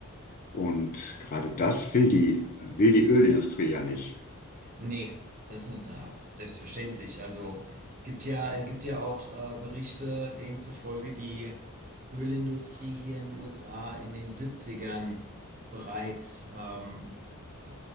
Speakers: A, on the left; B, on the right.
A: Und gerade das will die, will die Ölindustrie ja nicht.
B: Nee, das ist nicht, na, selbstverständlich. Also, gibt ja, es gibt ja auch, äh, Berichte, denen zufolge die Ölindustrie hier in den USA in den Siebzigern bereits, ähm, äh,